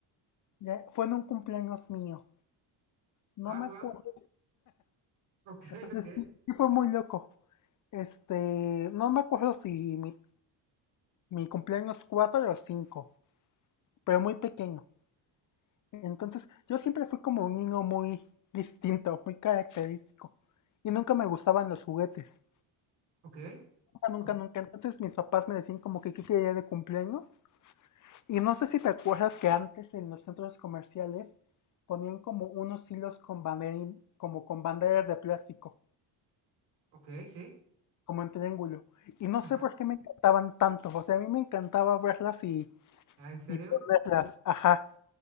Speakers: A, on the left; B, on the right.
A: Ya, fue en un cumpleaños mío. No
B: ah,
A: me
B: wow,
A: acuerdo.
B: ok,
A: <laughs>
B: ok,
A: Sí, sí fue muy loco. Este, no me acuerdo si mi, mi cumpleaños 4 o cinco pero muy pequeño. Entonces, yo siempre fui como un niño muy distinto, muy característico. Y nunca me gustaban los juguetes.
B: ok,
A: nunca,
B: co-
A: nunca. Entonces mis papás me decían como que qué quería de cumpleaños. Y no sé si te acuerdas que antes en los centros comerciales ponían como unos hilos con banderín, como con banderas de plástico,
B: ok, sí,
A: como en triángulo. Y no
B: ajá,
A: sé por qué me encantaban tanto. O sea, a mí me encantaba verlas y,
B: ah, ¿en serio?
A: y ponerlas. Ajá.